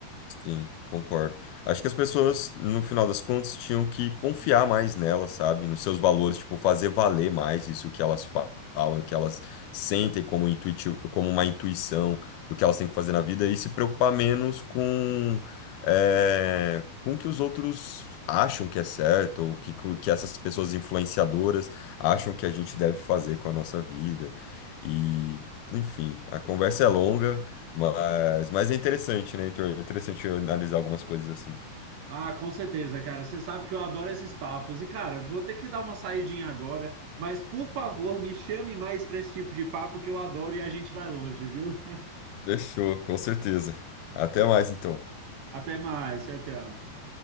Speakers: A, on the left; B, on the right.
A: Sim, concordo. Acho que as pessoas, no final das contas, tinham que confiar mais nelas, sabe? Nos seus valores, tipo, fazer valer mais isso que elas fa- falam, que elas sentem como intuitivo, como uma intuição do que elas têm que fazer na vida e se preocupar menos com, é, com o que os outros acham que é certo, ou que, co- que essas pessoas influenciadoras acham que a gente deve fazer com a nossa vida. E, enfim, a conversa é longa. Mas, mas é interessante, né, Heitor? É interessante eu analisar algumas coisas assim.
B: Ah, com certeza, cara. Você sabe que eu adoro esses papos. E, cara, vou ter que dar uma saidinha agora, mas por favor, me chame mais para esse tipo de papo que eu adoro e a gente vai longe, viu?
A: Fechou, com certeza. Até mais, então.
B: Até mais. Tchau, tchau.